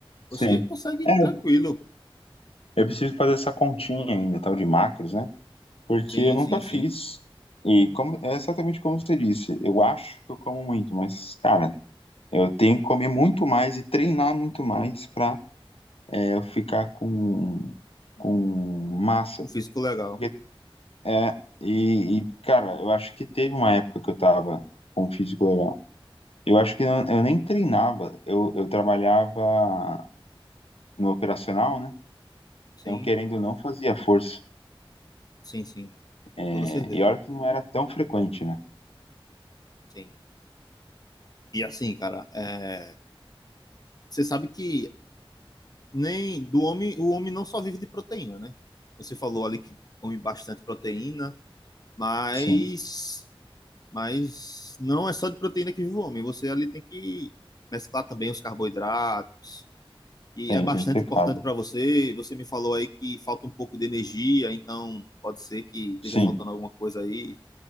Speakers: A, on the left (about 45°); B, on the left (about 85°).
A: você
B: Sim.
A: consegue
B: É,
A: tranquilo.
B: eu preciso fazer essa continha ainda, tal de macros, né? Porque
A: Sim,
B: eu nunca
A: sim,
B: fiz.
A: sim.
B: E como, é exatamente como você disse. Eu acho que eu como muito, mas, cara, eu tenho que comer muito mais e treinar muito mais pra é, eu ficar com, com massa.
A: Um físico legal.
B: Porque, é, e, e, cara, eu acho que teve uma época que eu tava com um físico legal. Eu acho que eu, eu nem treinava. Eu, eu trabalhava no operacional, né?
A: Sim,
B: Então, querendo ou não, fazia força.
A: sim, sim.
B: É,
A: Com toda certeza.
B: e olha que não era tão frequente, né?
A: Sim. E assim, cara, é, você sabe que nem do homem, o homem não só vive de proteína, né? Você falou ali que come bastante proteína. Mas,
B: Sim,
A: mas não é só de proteína que vive o homem. Você ali tem que mesclar também os carboidratos. E
B: tem,
A: é bastante
B: tem que ter
A: importante
B: carbo.
A: para você. Você me falou aí que falta um pouco de energia, então pode ser que esteja
B: Sim.
A: faltando alguma coisa aí.